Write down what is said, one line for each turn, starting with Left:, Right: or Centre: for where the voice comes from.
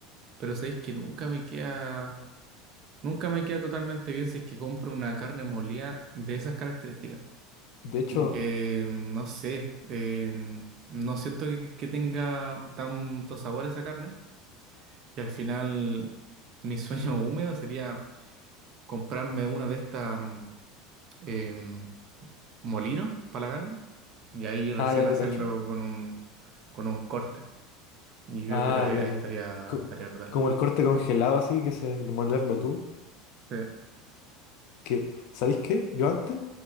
Right: Pero sabéis que nunca me queda, nunca me queda totalmente bien si es que compro una carne molida de esas características.
Left: De hecho,
Right: Como que, mm, no sé, em, no siento que, que tenga tanto sabor esa carne. Y al final, mi sueño <laughs> húmedo sería comprarme una de estas mm, em, molino para la carne y ahí recién
Left: ah, ya
Right: hacerlo
Left: te cacho.
Right: con un, con un corte. Y yo
Left: Ah,
Right: creo
Left: ya,
Right: que ahí estaría,
Left: ya. Co-
Right: estaría brutal.
Left: como el corte congelado así, que se molerlo tú.
Right: Sí.
Left: Que, ¿sabéis qué? Yo antes,